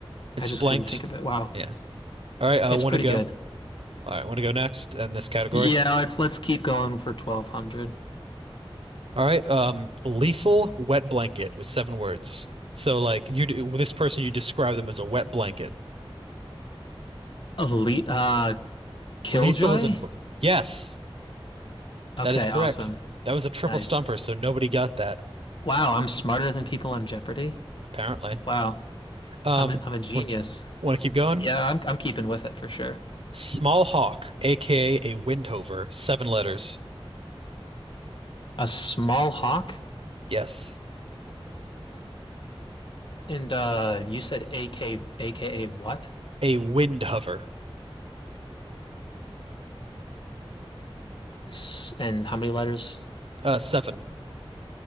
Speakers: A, on the right; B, on the left.
A: It's
B: I just
A: blanked.
B: couldn't think of it. Wow.
A: Yeah. All right, I
B: It's
A: uh, want
B: pretty
A: to go.
B: good.
A: All right, want to go next in this category.
B: Yeah, let's let's keep going for 1200.
A: All right, um, lethal wet blanket with seven words. So like you, d- this person, you describe them as a wet blanket.
B: Elite uh Killjoy?
A: Lethal is in quotes. Yes,
B: Okay,
A: that is correct.
B: awesome.
A: That was a triple
B: Nice.
A: stumper, so nobody got that,
B: Wow, I'm smarter than people on Jeopardy.
A: apparently.
B: Wow.
A: Um,
B: I'm a, I'm a genius.
A: want to want to keep going?
B: Yeah, I'm I'm keeping with it for sure.
A: Small hawk, aka a windhover, seven letters.
B: A small hawk
A: Yes,
B: and uh you said A K A K A what?
A: a windhover.
B: S and how many letters?
A: Uh, seven.